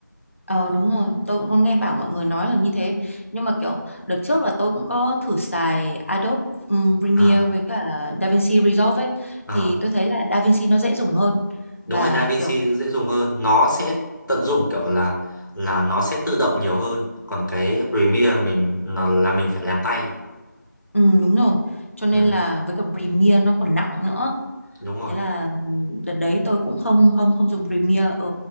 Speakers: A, on the left; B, on the left.
A: ờ, đúng rồi tôi cũng có nghe bảo mọi người nói là như thế nhưng mà kiểu đợt trước là tôi cũng có thử xài Adobe ừm, Premiere
B: à,
A: với cả DaVinci Resolve ấy
B: à.
A: thì tôi thấy là DaVinci nó dễ dùng hơn
B: đúng
A: và
B: rồi DaVinci
A: kiểu
B: dễ dùng hơn nó sẽ tận dụng kiểu là là nó sẽ tự động nhiều hơn còn cái Premiere mình nó là mình phải làm tay
A: ừ, đúng rồi cho nên
B: đấy
A: là với cả Premiere nó còn nặng nữa
B: đúng rồi
A: thế là ừm, đợt đấy tôi cũng không không không dùng Premiere ừ,